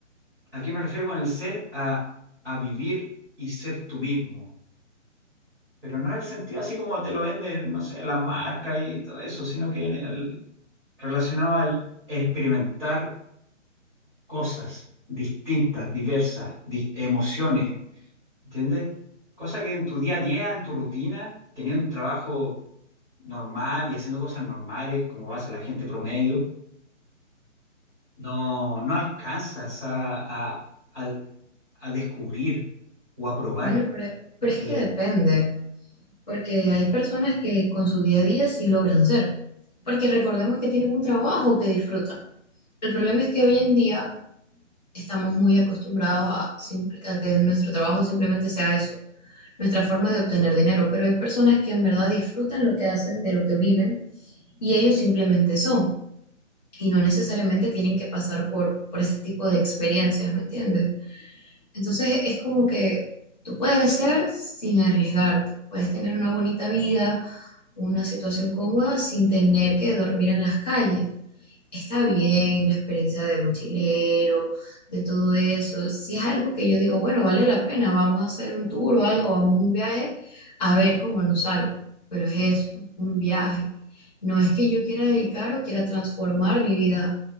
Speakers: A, in the centre; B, on the left.
A: ¿A qué me refiero con el ser? A, a vivir y ser tú mismo. Pero no en el sentido así como te lo venden, no sé, las marcas y todo eso, sino que en el- relacionado al experimentar cosas distintas, diversas, dis- emociones, ¿entiendes? Cosa que en tu día a día, en tu rutina, teniendo un trabajo normal y haciendo cosas normales, como hace la gente promedio, no, no alcanzas a, a, a- a descubrir o a probar
B: bueno, pero, pero
A: en
B: es
A: tu
B: que
A: día.
B: depende, porque hay personas que con su día a día sí logran ser, porque recordemos que tienen un trabajo que disfrutan. El problema es que hoy en día estamos muy acostumbrados a, simple- a que nuestro trabajo simplemente sea eso, nuestra forma de obtener dinero, pero hay personas que en verdad disfrutan lo que hacen, de lo que viven, y ellos simplemente son, y no necesariamente tienen que pasar por, por ese tipo de experiencias, ¿me entiendes? Entonces es como que tú puedes ser sin arriesgarte, puedes tener una bonita vida, una situación cómoda sin tener que dormir en las calles está bien la experiencia de mochilero, de todo eso. Si es algo que yo digo, bueno, vale la pena, vamos a hacer un tour o algo, vamos a un viaje, a ver cómo nos sale. Pero es eso, un viaje. No es que yo quiera dedicar o quiera transformar mi vida